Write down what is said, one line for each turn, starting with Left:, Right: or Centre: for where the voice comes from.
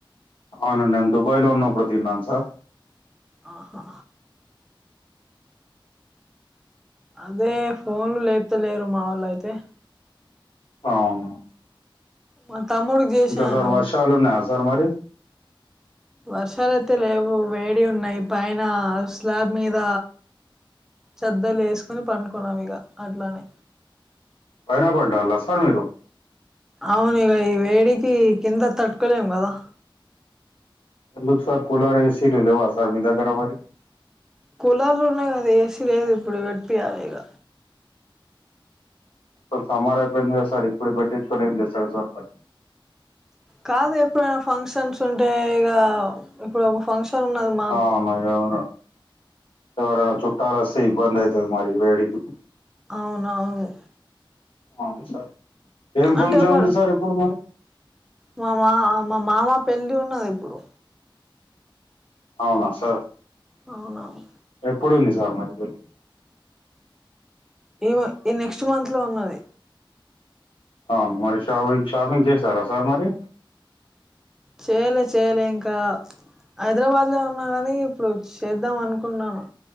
Left: అవును నేను దుబాయ్ లో ఉన్నప్పుడు తిన్నాను సార్
Centre: ఆహా అదే ఫోన్లు లేత లేరు మా వాళ్ళ అయితే
Left: అవును
Centre: మా తమ్ముడికి చేసాను
Left: ఇంకా సార్ వర్షాలు ఉన్నాయా సార్ మరి
Centre: వర్షాలయితే లేవు వేడి ఉన్నాయి పైన స్లాబ్ మీద చెద్దలు వేసుకొని పండుకున్నాం ఇక అట్లానే
Left: అయినా పండాల సార్ మీరు
Centre: అవునిగ ఈ వేడికి కింద తట్టుకోలేము కదా
Left: ఎందుకు సార్ కూలర్ ఏసీలు లేవా సార్ మీ దగ్గర మరీ
Centre: కూలర్లు ఉన్నాయి కదా ఏసీ లేదు ఇప్పుడు పెట్యాలి ఇక
Left: స సమార్ అయిపోయింది కదా సార్ ఇప్పుడు పెట్టించుకొని ఏం చేస్తాడు సార్ మరి
Centre: కాదు ఎప్పుడైనా ఫంక్షన్స్ ఉంటే ఇక ఇప్పుడు ఒక ఫంక్షన్ ఉన్నది మాకు
Left: అవును ఎవర ఎవరైనా చుట్టాల వస్తే ఇబ్బంది అయితది మరి వేడికి
Centre: అవునవును
Left: అ సార్ ఏం
Centre: అంటే
Left: ఫంక్షన్
Centre: ఒక
Left: ఉంది సార్ ఇప్పుడు మరి
Centre: మా మా మా మామ పెళ్ళి ఉన్నది ఇప్పుడు
Left: అవునా సార్
Centre: అవునవును
Left: ఎప్పుడుంది సార్ మది పెళ్ళ
Centre: ఏ ఈ నెక్స్ట్ మంత్ లో ఉన్నది.
Left: అవును మరి షాపింగ్ షాపింగ్ చేశారా సార్ మరి.
Centre: చేయలే చేయలే ఇంకా. హైదరాబాద్ లో ఉన్నా గాని ఇప్పుడు చేద్దాం అనుకున్నాను.